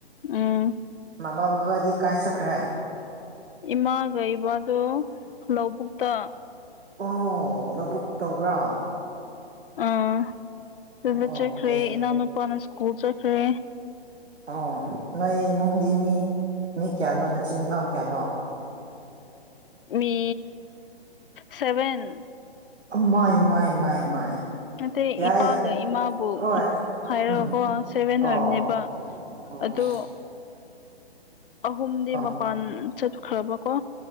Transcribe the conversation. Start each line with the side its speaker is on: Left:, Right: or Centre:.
Left: ꯎꯝ
Right: ꯃꯃꯥ ꯕꯕꯥꯗꯤ ꯀꯥꯏ ꯆꯠꯈ꯭ꯔꯦ
Left: ꯏꯃꯥꯒ ꯏꯕꯗꯣ ꯂꯧꯕꯨꯛꯇ
Right: ꯑꯣ ꯂꯧꯕꯨꯛ ꯇꯧꯕ꯭ꯔꯥ
Left: ꯑꯥ ꯑꯗꯨꯗ
Right: ꯑꯣ
Left: ꯆꯠꯈ꯭ꯔꯦ
Right: ꯐꯩ
Left: ꯏꯅꯥꯎꯅꯨꯄꯥꯅ ꯁ꯭ꯀꯨꯜ ꯆꯠꯈ꯭ꯔꯦ
Right: ꯑꯣ ꯅꯣꯏ ꯏꯃꯨꯡꯗꯤ ꯃꯤ ꯃꯤ ꯀꯌꯥꯅꯣ ꯃꯆꯤꯟ ꯏꯅꯥꯎ ꯀꯌꯥꯅꯣ
Left: ꯃꯤ ꯁꯚꯦꯟ
Right: ꯃꯥꯏ ꯃꯥꯏ ꯃꯥꯏ ꯃꯥꯏ
Left: ꯅꯇꯩ
Right: ꯌꯥꯏ
Left: ꯏꯄꯥꯒ
Right: ꯌꯥꯏ
Left: ꯏꯃꯥꯕꯨ
Right: ꯍꯣꯏ
Left: ꯍꯥꯏꯔꯒꯀꯣ
Right: ꯎꯝ
Left: ꯁꯚꯦꯟ ꯑꯣꯏꯕꯅꯦꯕ
Right: ꯑꯣ ꯑꯣ
Left: ꯑꯗꯣ ꯑꯍꯨꯝꯗꯤ
Right: ꯑꯣ
Left: ꯃꯄꯥꯟ ꯆꯠꯈ꯭ꯔꯕꯀꯣ